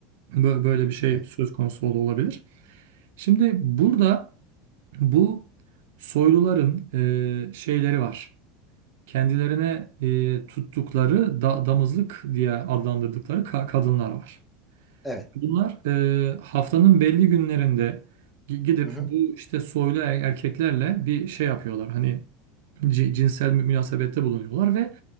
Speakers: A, on the right; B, in the centre.
A: Bö- Böyle bir şey
B: Evet.
A: söz konusu ol- olabilir. Şimdi burada bu soyluların e, şeyleri var. Kendilerine e, tuttukları da- damızlık diye adlandırdıkları ka- kadınlar var.
B: Evet.
A: Bunlar e, haftanın belli günlerinde gi- gidip
B: Hı hı.
A: bu işte soylu er- erkeklerle bir şey yapıyorlar. Hani ci- cinsel mü- münasebette bulunuyorlar ve